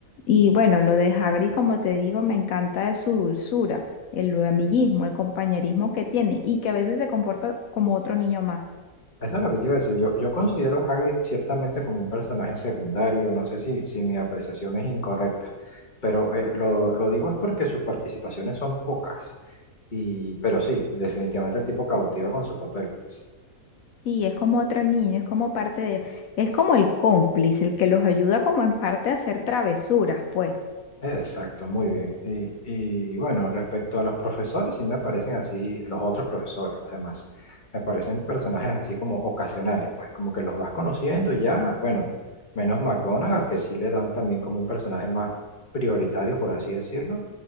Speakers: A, on the left; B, on the left.
A: Y bueno, lo de Hagrid, como te digo, me encanta de su dulzura, el amiguismo, el compañerismo que tiene y que a veces se comporta como otro niño más.
B: Eso es lo que te iba a decir. Yo, yo considero a Hagrid ciertamente como un personaje secundario. No sé si, si mi apreciación es incorrecta, pero eh, lo, lo digo es porque sus participaciones son pocas. Y, pero sí, definitivamente el tipo cautiva con su papel, pues.
A: Sí, es como otro niño, es como parte de ellos. Es como el cómplice, el que los ayuda como en parte a hacer travesuras, pues.
B: Exacto, muy bien. Y, y bueno, respecto a los profesores, sí me parecen así, los otros profesores, los demás, me parecen personajes así como ocasionales, pues como que los vas conociendo y ya, bueno, menos McGonagall, que sí le dan también como un personaje más prioritario, por así decirlo.